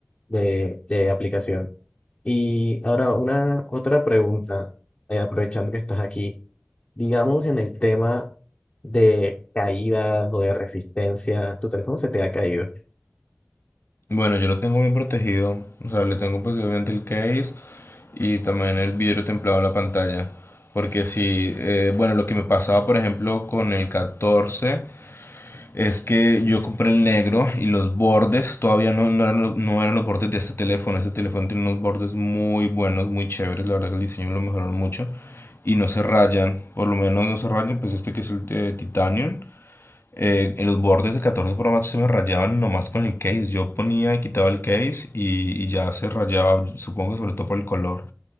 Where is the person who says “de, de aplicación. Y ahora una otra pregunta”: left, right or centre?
Left